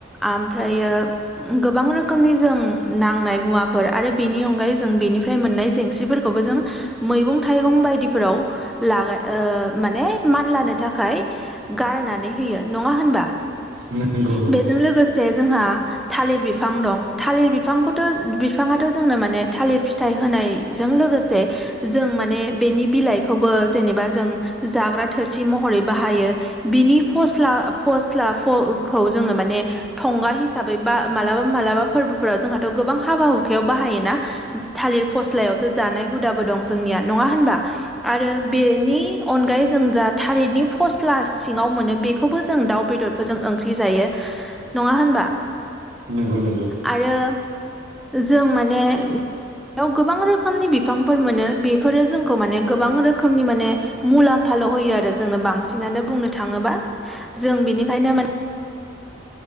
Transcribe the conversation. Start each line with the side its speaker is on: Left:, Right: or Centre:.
Centre: ओमफ्रायो गोबां रोखोमनि जों नांनाय मुवाफोर आरो बेनि अनगायै जों बेनिफ्राय मोननाय जेंसिफोरखौबो जों मैगं थाइगं बायदिफोराव लागा माने मान लानो थाखाय गारनानै होयो नङा होनबा
Right: नंगौ नंगौ
Centre: बेजों लोगोसे जोंहा थालिर बिफां दं थालिर बिफांखौथ' बिफाङाथ' जोंनो माने थालिर फिथाइ होनाय जों लोगोसे जों माने बेनि बिलाइखौबो जेनेबा जों जाग्रा थोरसि महरै बाहायो बिनि फस्ला फस्लाखौ जोङो माने थंगा हिसाबै बा मालाबा मालाबा फोरबोफोराव जोंहाथ' गोबां हाबा हुखायाव बाहायोना थालिर फस्लायावसो जानाय हुदाबो दं जोंनिया नङा होनबा आरो बेनि अनगायै जों जा थारिरनि फस्ट्ला सिङाव मोनो बेखौबो जों दाउ बेदरफोरजों ओंख्रि जायो नङा होनबा
Right: नंगौ नंगौ
Centre: आरो जों माने बेयाव गोबां रोखोमनि बिफांफोर मोनो बेफोरो जोंखौ माने गोबां रोखोमनि माने मुलाम्फाल' होयो आरो जोंनो बांसिनानो बुंनो थाङोबा जों बिनिखायनो माने